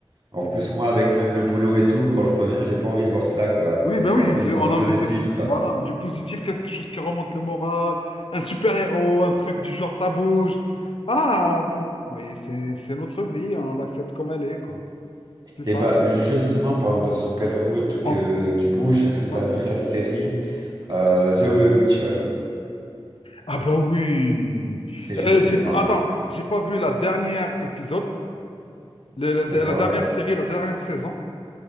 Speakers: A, on the right; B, on the left.
A: En
B: Mais
A: plus,
B: bon.
A: moi, avec le boulot et tout, quand je reviens, j'ai pas envie de voir ça, quoi.
B: Oui,
A: C'est...
B: bah
A: J'ai
B: oui,
A: envie
B: c'est-
A: de voir
B: on
A: du positif,
B: a envie de. f-
A: quoi.
B: Voilà, du positif, quelque chose qui remonte le moral, un super-héros, un truc du genre ça bouge. Voilà, bon. Oui, c'est c'est notre vie, on l'accepte comme elle est, quoi. C'est
A: Et
B: ça.
A: bah, justement, parlant de super-héros et tout
B: On-
A: que... qui bougent, est-ce que t'as
B: Ouais.
A: vu la série euh, The Witcher?
B: Ah bah oui.
A: C'est juste
B: Euh, j'ai...
A: énorme
B: Attends,
A: comme série.
B: j'ai pas vu la dernière épisode, le- le-
A: D'accord?
B: la dernière série, la dernière saison.